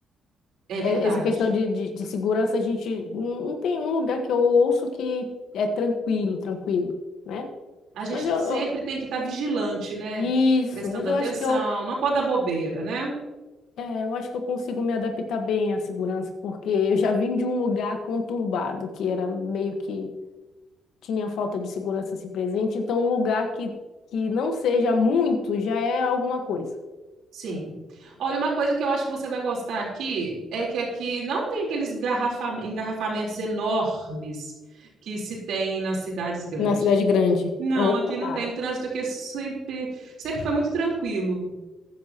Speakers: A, on the right (about 75°); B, on the left (about 75°).
A: é
B: É,
A: verdade.
B: Essa questão de, de, de segurança, a gente não, não tem um lugar que eu ouço que é tranquilo, tranquilo, né?
A: A gente
B: Mas eu, eu-
A: sempre tem que estar vigilante, né?
B: Isso,
A: Prestando
B: mas
A: atenção.
B: eu acho que eu,
A: Não pode dar bobeira, né?
B: é, eu acho que eu consigo me adaptar bem à segurança, porque eu já vim de um lugar conturbado, que era meio que tinha falta de segurança assim presente, então um lugar que, que não seja muito já é alguma coisa.
A: Sim. Olha, uma coisa que eu acho que você vai gostar aqui é que aqui não tem aqueles garrafa- engarrafamentos enormes que se tem nas cidades grandes.
B: Na cidade grande,
A: Não,
B: opa,
A: aqui não tem. O trânsito aqui é sempre, sempre foi muito tranquilo.